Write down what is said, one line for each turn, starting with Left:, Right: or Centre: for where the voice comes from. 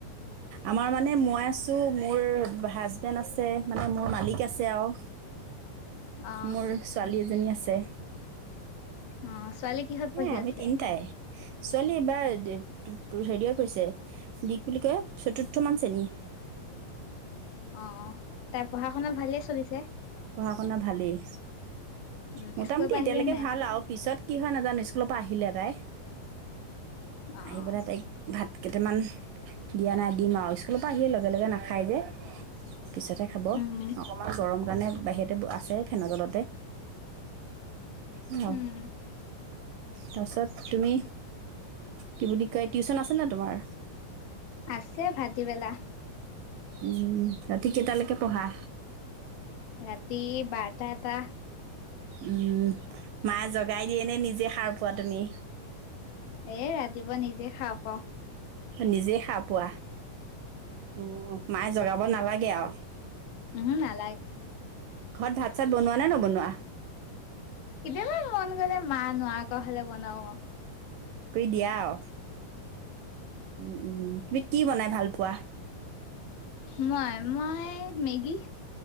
Right: আমাৰ মানে মই আছোঁ মোৰ হাজবেণ্ড আছে মানে মোৰ মালিক আছে আৰু
Left: অ',
Right: মোৰ ছোৱালী এজনী আছে
Left: অ ছোৱালী কিহত
Right: সেয়াই
Left: পঢ়ি
Right: আমি
Left: আছে
Right: তিনিটাই ছোৱালী এইবাৰ হেৰিত পঢ়িছে দিক বুলি কয় চতুৰ্থ মান শ্ৰেণী
Left: অ তাই পঢ়া শুনা ভালেই চলিছে
Right: পঢ়া শুনা ভালেই
Left: উম,
Right: মোটামুটি
Left: স্কুলৰ পৰা
Right: এতিয়ালৈকে
Left: আহিলে নাই?
Right: ভাল আৰু পিছত কি হয় নাজানো স্কুলত পাহিলে তাই
Left: অ',
Right: আহি
Left: অ',
Right: পেলাই তাইক ভাত কেইটামান দিয়া নাই দিম আৰু স্কুলৰ পৰা আহিয় লগে লগে নাখায় যে পিছতহে খাব
Left: উম,
Right: অকণমান গৰম মানে বাহিৰতে আছে ফেনৰ তলতে উ
Left: উম।
Right: তাৰপিছত তুমি কি বুলি কয় টিউশ্যন আছেনে নাই তোমাৰ
Left: আছে ভাটিবেলা
Right: উম ৰাতি কেইটালৈকে পঢ়া
Left: ৰাতি বাৰটা এটা
Right: উম মায়ে জগাই দিয়ে নে নিজ জে সাৰ পোৱা তুমি
Left: এ ৰাত পুৱা নিজে শাৰ পাওঁ।
Right: নিজেই শাৰ পোৱা। উম, মাই জগাব নালাগে আৰু।
Left: <unintelligible>
Right: ঘৰত ভাত চাত বনোৱা নে নবনোৱা?
Left: কেতিয়াবা মন গ'লে মা নোৱাৰ কোৱা হ'লে বনাওঁ। ন'।
Right: দিয়াও উম উম, তুমি কি বনাই ভাল পোৱা?
Left: মই, মই মেগী।